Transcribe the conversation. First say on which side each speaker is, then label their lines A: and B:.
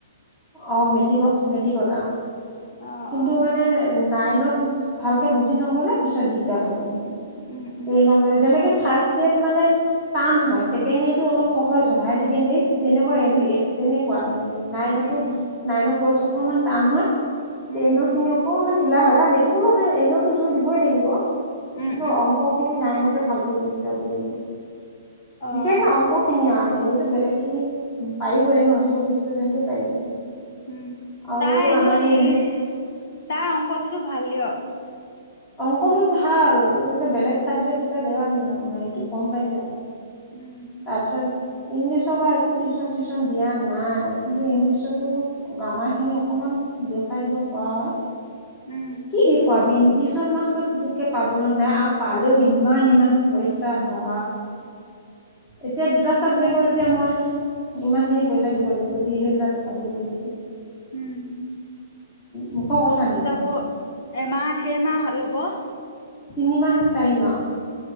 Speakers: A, on the left (about 20°); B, on the left (about 55°).
A: অ মেট্টিকত মেট্টিকত
B: অ'
A: কিন্তু
B: অ'
A: মানে নাইনত ভালকে বুজি নগ'লে পিছত দিগদাৰ হ'ব মানে
B: উম উম
A: ট্ৰেইনলৈ যেনেকে ফাস্ট মানে টান হয় ছেকেনিয়েৰ টো অলপ সহজ হয় হায় ছেকেণ্ডেৰিত তেনেকুৱা
B: উম
A: তেনেকুৱা মানে এইটো নাইনতো
B: উম উম
A: নাইনৰ কৰ্চ অকণমান টান হয়
B: উম
A: ট্ৰেইনৰ খিনি অকনমান ঢিলা হয় মেটিকলৈ এনেওটো যোৰ দিবই লাগিব কিন্তু
B: উম উম
A: অংক খিনি নাইনতে ভালকে বুজি যাব লাগিব
B: অ'
A: বিশেষকে অংক খিনি আৰু এনেইতো বেলেগ খিনি পাৰিবই চবে ষ্টুডেণ্টে
B: উম
A: পাৰিব আৰু
B: উম তাই
A: এতিয়া
B: এনেও
A: আমাৰ
B: হেৰি
A: এই ইংলিছ
B: তাই অংকটোতো ভাল দিয়ক
A: অংকটো ভাল কিন্ত বেলেগ চাবজেক্ট কেইটাত এবাৰ নম হেইটো কম পাইছে
B: উম
A: তাৰপিছত ইংলিছৰ পৰা একো টিউচন চিউচন দিয়া নাই কিন্তু ইংলিছৰতো গ্ৰামাৰ খিনি অকমান দেখুৱাই দিব পৰা হয়
B: উম
A: কি দেখুৱাবি টিউচন মাষ্টৰ পুতুকে পাবলৈ নাই আৰু পালেও ইমান ইমান পইচা বা এতিয়া দু দুটা ছাবজেক্টত
B: হয় দিয়ক
A: এতিয়া মই ইমানখিনি পইচা দিব লাগিব ত্ৰিছ হোজাৰ টকা দিব লাগিব
B: উম
A: মুখৰ কথা নেকি
B: তাক এমা আ দেমাহ ল'ব
A: তিনিমাহ নে চাৰিমাহ